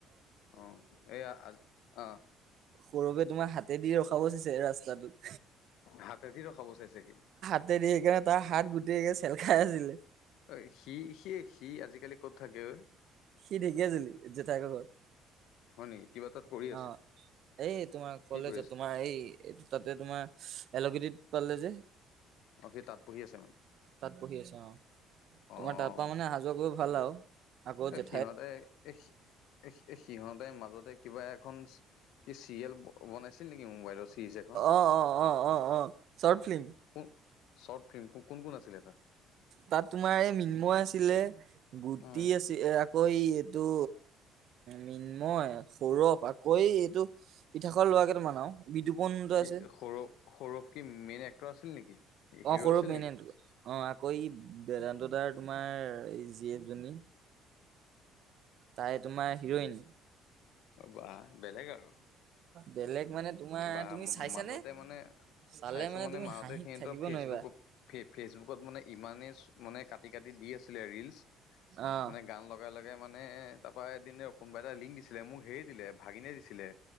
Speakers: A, on the left (about 75°); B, on the right (about 60°).
A: অ এইয়া আজি অ
B: গৌৰবে তোমাৰ হাতে দিয়ে ৰখাব চিছে ৰাস্তাটোত।
A: হাতেদি ৰখাব চাইছে সি।
B: হাতে দিয়ে সেইকাৰণে তাৰ হাত গোটেই চেলখাই আছিলে।
A: অ সি-সি-সি আজিকালি ক'ত থাকে ঐ?
B: সি ঢেকীয়া জুলিত জোঠাইক ঘৰত।
A: হয় নেকি কিবা তাত কৰি আছে
B: অ এই তোমাৰ কলেজত
A: কি কৰি আছে?
B: তোমাৰ এই এই তাতে তোমাৰ এলকিটিত পালে যে
A: অ সি তাত পঢ়ি আছে মানে।
B: তাত পঢ়ি আছে অ,
A: অ',
B: তোমাৰ তাৰ পা মানে অহা যোৱা কৰি ভাল আও আকৌ যে
A: সিহঁতে এই এ এই সিহঁতে মাজতে কিবা এখন কি চিৰিয়েল বনাইছে ছিল নেকি মোবাইলৰ চিজ এখন।
B: অ অ অ অ অ চৰ্ট ফ্লিম
A: কোন, শ্বৰ্ট ফিল্ম কোন কোন আছিলে তাত?
B: তাত তোমাৰ এই মিন্ময় আছিলে, গুটি
A: উম।
B: আছিল এ কঐ এটো মৃন্ময় সৌৰভ আকৌ এইটো পিঠাখোৱা লোৱাকেইটা মান আও। বিতুপনটো
A: কি
B: আছে।
A: সৌৰভ সৌৰভ কি মেইন এক্টৰ আছিল নেকি হিৰো
B: অ সৌৰভ
A: আছিল
B: মেইন
A: নেকি?
B: এ অ আকৌ এই বেদান্ত দাৰ তোমাৰ এই জি এফ জনী তাই তোমাৰ হিৰইন
A: অ' বাহ বেলেগ আৰু
B: বেলেগ মানে তোমাৰ
A: বা
B: তুমি চাইছানে?
A: মাজতে মানে
B: চালে
A: চাইছোঁ মানে
B: তুমি
A: মাহতে
B: হাঁহিত
A: সিহঁতৰ
B: থাকিব
A: ফেচবুকত
B: নোৱাৰিবা
A: ফে ফেচবুকত মানে ইমানেই মানে কাটি কাটি দি আছিলে ৰিলচ
B: অ',
A: মানে গান লগাই লগাই মানে তাপা এদিন কোনোবা এটা লিংক দিছিলে মোক হেৰি দিলে ভাগিনে দিছিলে